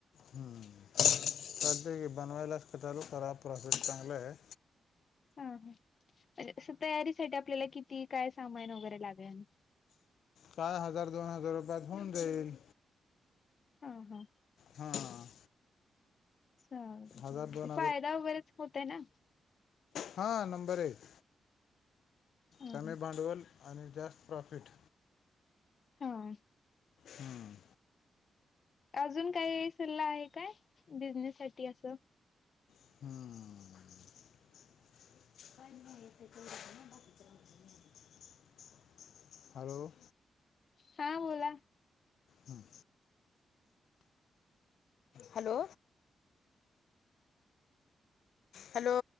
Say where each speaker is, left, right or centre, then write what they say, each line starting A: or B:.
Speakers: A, on the left; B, on the left.
A: हम्म, तर बनवायलाच चालू करा, प्रॉफिट चांगलं हाय.
B: हा हां म्हणजे असं तयारीसाठी आपल्याला किती काय सामान वगैरे लागंल?
A: काय हजार दोन हजार रुपयात होऊन जाईल.
B: आं हा.
A: हां.
B: चालतंय
A: हजार
B: चालतंय
A: दोन
B: फायदा वगैरेच होतंय ना?
A: हा नंबर एक
B: हा
A: कमी
B: हा
A: भांडवल आणि जास्त प्रॉफिट.
B: हं.
A: हम्म.
B: अजून काही सल्ला आहे काय, बिझनेससाठी असं?
A: हां. <unintelligible> हॅलो.
B: हां बोला.
A: हम्म. हॅलो. हॅलो.